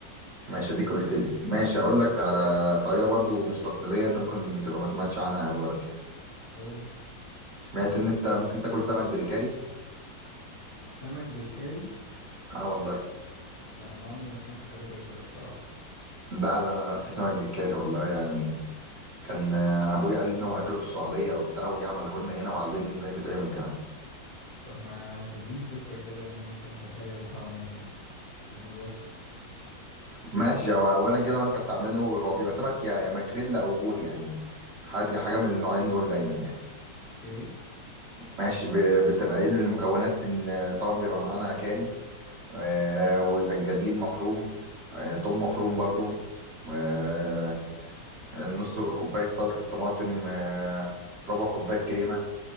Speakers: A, on the right (about 60°); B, on the left (about 40°).
A: ماشي اديك قلت لي ماشي اقول لك على طريقه برضو مش تقليديه انت ممكن تبقى ما سمعتش عنها قوي برضو
B: قول لي
A: سمعت ان انت ممكن تاكل سمك بالكاري
B: سمك بالكاري
A: اه والله
B: لا أنا عمري ما سمعت حاجة زي كده بصراحة
A: لا لا لا في سمك بالكاري والله يعني كان آه، ابويا قال لي ان هو اكله في السعوديه او بتاع وجه عمله لنا هنا وعلمني ازاي بيتعمل كمان
B: طب ما تديني فكرة كده يعني ممكن أتخيل طعمه من من الوصفة
A: ماشي هو اولا كده وانت بتعمله هو بيبقى سمك يا يا ماكريلا او بوري يعني حاجه حاجه من النوعين دول دايما يعني
B: أوكي
A: ماشي ب- بتبقى ايه المكونات من آه، طبعا بيبقى معانا كاري آه، وزنجبيل مفروم آه، توم مفروم برضو آه، نص كوبايه صلصه طماطم آه، ربع كوبايه كريمه